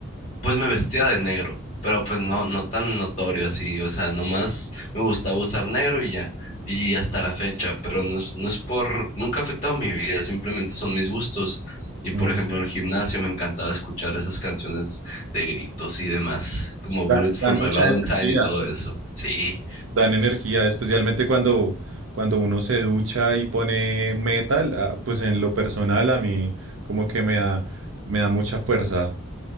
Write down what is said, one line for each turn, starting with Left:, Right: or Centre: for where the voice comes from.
Left: pues me vestía de negro, pero pues no, no tan notorio así, o sea, nomás me gustaba usar negro y ya, y hasta la fecha, pero no es, no es por, nunca ha afectado mi vida, simplemente son mis gustos. Y
Right: Ujú.
Left: por ejemplo, en el gimnasio me encantaba escuchar esas canciones de gritos y demás, como
Right: Dan,
Left: Bullet for
Right: dan
Left: My
Right: mucha
Left: Valentine
Right: energía.
Left: y todo eso. Sí,
Right: Dan energía, especialmente cuando, cuando uno se ducha y pone metal, ah, pues en lo personal a mí como que me da, me da mucha fuerza.